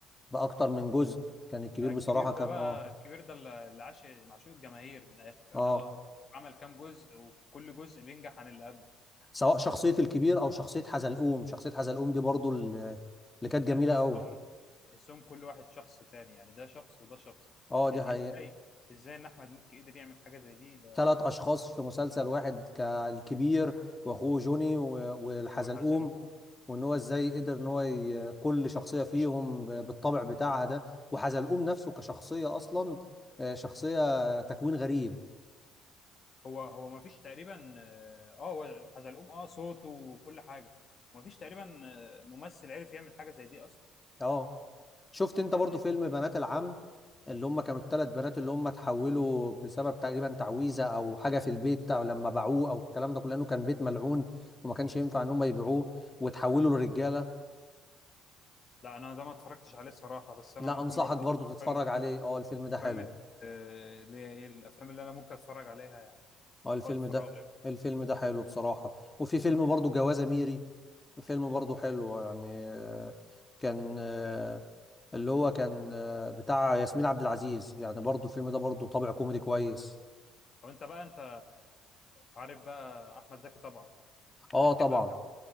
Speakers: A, on the left (about 20°); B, on the left (about 45°).
A: باكتر من جزء كان الكبير
B: ده الكبير
A: بصراحه
B: ده
A: كان
B: بقى
A: اه
B: الكبير ده اللي اللي عاش من عشوق الجماهير من الاخر يعني
A: اه
B: هو عمل كام جزء وكل جزء بينجح عن اللي قبله
A: سواء شخصية الكبير أو شخصية حزلقوم شخصية حزلقوم دي برضو اللي
B: هو
A: اللي كانت جميلة
B: ده تحسهم
A: أوي
B: تحسهم كل واحد شخص تاني يعني ده شخص وده شخص
A: أه دي
B: يعني
A: حقيقة
B: ازاي ازاي ان احمد مكي قدر يعمل حاجه زي دي ده
A: ثلاث أشخاص في مسلسل واحد كالكبير وأخوه جوني و- والحزلقوم
B: وحزلقوم
A: وإن هو إزاي قدر إن هو ي- كل شخصية
B: مفيش
A: فيهم ب- بالطبع بتاعها ده وحزلقوم نفسه كشخصية أصلا آه، شخصية تكوين غريب
B: هو هو ما فيش تقريبا اه آه، هو حزلقوم اه صوته وكل حاجه ما فيش تقريبا آه، ممثل عرف يعمل حاجه زي دي اصلا
A: أه شفت انت
B: يعني
A: برضو فيلم بنات العم اللي هم كانوا الثلاث بنات اللي هم اتحولوا بسبب تقريبا تعويذه او حاجه في البيت او لما باعوه او الكلام ده كله لانه كان بيت ملعون وما كانش ينفع ان هم يبيعوه وتحولوا لرجاله
B: لا انا ده ما اتفرجتش عليه الصراحه بس انا
A: لا
B: ممكن
A: انصحك
B: برضه
A: برضو
B: اضيفه لقائمه
A: تتفرج عليه اه الفيلم ده حلو
B: قائمه آه، اللي هي ايه الافلام اللي انا ممكن اتفرج عليها يعني
A: اه الفيلم
B: في وقت فراغي
A: ده الفيلم ده حلو بصراحه وفي فيلم برضو جوازه ميري فيلم برضو حلو يعني آه، كان آه، اللي هو كان آه، بتاع ياسمين عبد العزيز يعني برضو الفيلم ده برضو طابع كوميدي كويس
B: طب انت بقى انت عارف بقى احمد زكي طبعا
A: اه
B: بتحب
A: طبعا
B: افلامه